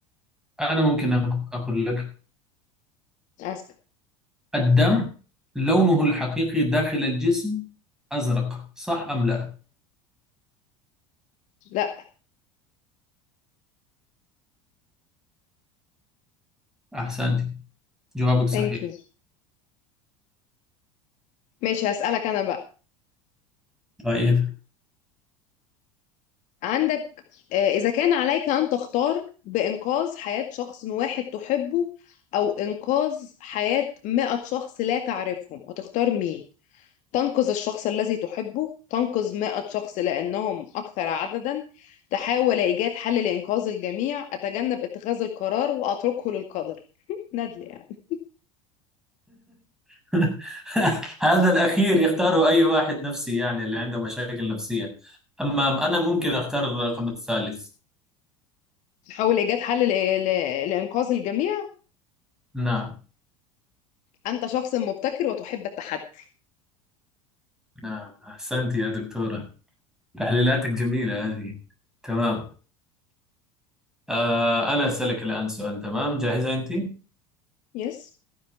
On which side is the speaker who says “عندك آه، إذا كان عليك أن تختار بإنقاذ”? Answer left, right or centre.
Left